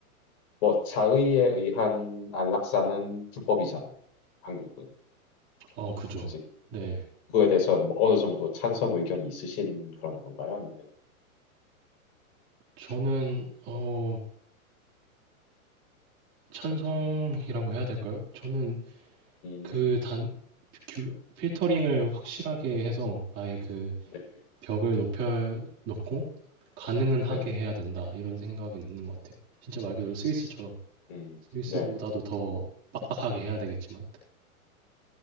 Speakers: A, on the left; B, on the right.
A: 뭐 자의에 의한 안락사는 불법이잖아요. 한국은.
B: 어 그죠
A: 이제
B: 네
A: 그거에 대해서는 뭐 어느 정도 찬성 의견이 있으신 그런 건가요? 아니면
B: 저는 어 찬성이라고 해야 될까요 저는
A: 음,
B: 그단 필터링을 확실하게 해서 아예 그
A: 네네.
B: 벽을 높여 놓고 가능은 하게
A: 네네.
B: 해야 된다. 이런 생각은 있는 것 같아요. 진짜 말 그대로 스위스처럼
A: 음,
B: 스위스보다도
A: 네네.
B: 더 빡빡하게 해야 되겠지만.